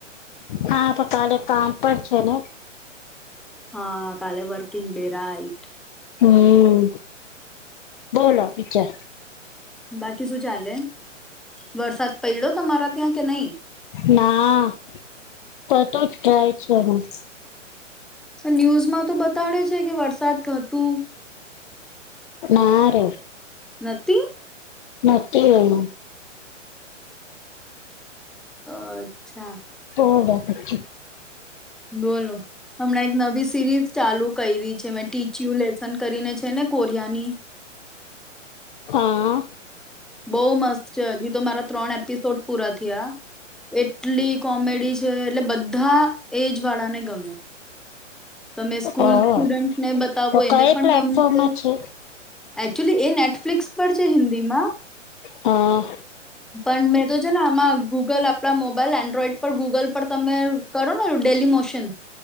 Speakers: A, on the left; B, in the centre.
A: હા તો કાલે કામ પણ છે ને
B: હા કાલે વર્કિંગ ડે રાઈટ
A: હમ બોલો બીજા
B: બાકી શું ચાલે વરસાદ પયડો તમારા ત્યાં કે નહી?
A: ના પડ તો જ જાય છે રોજ
B: ન્યૂઝમાં તો બતાડે છે કે વરસાદ હતું
A: ના રે
B: નથી
A: નથી એવું
B: અચ્છા
A: હો બાપા જી
B: બોલો હમણાં એક નવી સિરીઝ ચાલુ કઈરી છે મે ટિચિયું લેસન કરીને છે ને કોરિયાની
A: હા
B: બહુ મસ્ત છે હજી તો મારા ત્રણ એપિસોડ પૂરા થયા એટલી કોમેડી છે એટલે બધા એજ વાળાને ગમે તમે સ્કૂલ
A: હ
B: સ્ટુડન્ટ ને બતાવો
A: તો કઈ
B: એને પણ
A: પ્લેટફોર્મમાં
B: ગમશે એ
A: છે
B: એકચ્યુલી એ નેટ ફ્લિક્સ પર છે હિન્દીમાં
A: હા
B: પણ મેં તો છે ને આમાં ગૂગલ આપણા મોબાઈલ એન્ડ્રોઈડ પર ગૂગલ પર તમે કરો ને ડેલી મોશન